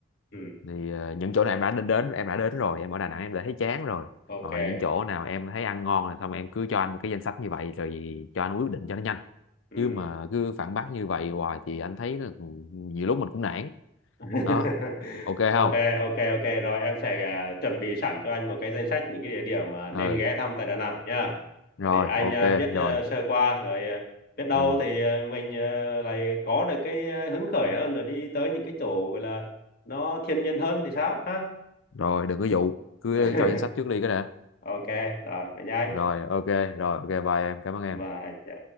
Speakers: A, on the left; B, on the left.
A: ừ.
B: thì ờ, những chỗ nào em đã nên đến em đã đến rồi em ở Đà Nẵng em đã thấy chán rồi
A: ok
B: hoặc là những chỗ nào em thấy ăn ngon rồi xong em cứ cho anh cái danh sách như vậy rồi cho anh quyết định cho nó nhanh
A: ừ.
B: chứ mà cứ phản bác như vậy hoài thì anh thấy là nhiều lúc mình cũng nản
A: <laughs>
B: đó ok
A: ok
B: không
A: ok ok rồi em sẽ à, chuẩn bị sẵn cho anh một cái danh sách những cái địa điểm mà nên
B: ừ
A: ghé thăm tại Đà Nẵng nha
B: rồi
A: để anh
B: ok
A: à, biết
B: rồi
A: à, sơ qua rồi à, biết đâu
B: ừ.
A: thì à, mình à, lại có được cái à, hứng khởi hơn rồi đi tới những cái chỗ gọi là nó thiên nhiên hơn thì sao ha
B: rồi đừng có dụ cứ
A: <laughs>
B: cho danh sách trước đi cái nè.
A: ok rồi vậy nha anh.
B: rồi ok rồi ok bye em cảm ơn em
A: và dạ.